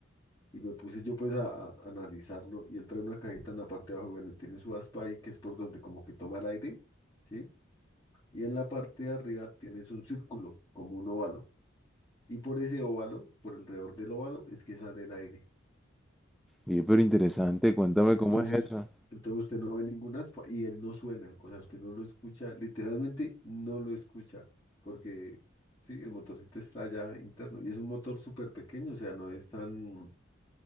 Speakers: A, on the left; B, in the centre.
A: Y me puse yo pues a, a analizarlo y él trae una cajita en la parte de abajo, bueno, y tiene su aspa ahí que es por donde como que toma el aire, ¿sí? y en la parte de arriba tienes un círculo, como un óvalo. Y por ese óvalo, por alrededor del óvalo, es que sale el aire.
B: oye, pero interesante, cuéntame
A: Entonces,
B: cómo es eso.
A: entonces usted no ve ningún aspa y él no suena, o sea, usted no lo escucha, literalmente no lo escucha, porque sí, el motorcito está allá interno y es un motor súper pequeño, o sea, no es tan,